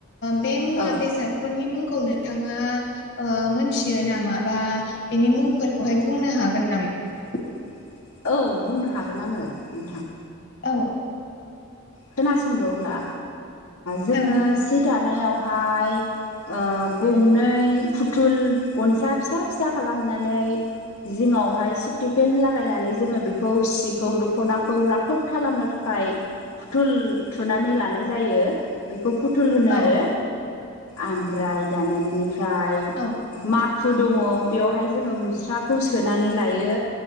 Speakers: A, on the left (about 50°); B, on the left (about 80°).
A: बे मुङा
B: औ
A: बेसादफोरनि मुं। नोंथाङा ओ मोनथियो नामा बा बिनि मुंफोरखौहाय बुंनो हागोन नामा?
B: <inaudible>
A: <unintelligible>
B: औ बुंनो हागोन आंङो नोंथां
A: औ
B: खोनासं संदों अब्ला जोंङो
A: औ
B: सि दानायाव फाय ओ गंनै फुथुल गनसा फिसा फिसा खालामनानै जिंआवहाय सिथिफेन लागायनानै जोंङो बेखौ सिखौ दखनाखौ राफोद खालामनो थाखाय फुथुल थुनानै लानाय जायो बे खौ फुथुल होनो
A: औ
B: आरो आमफ्राय दाना बेनिफ्राय
A: औ
B: माखु माखु दङ बेयावहाय जोंङो मुस्राखौ सोनानै लायो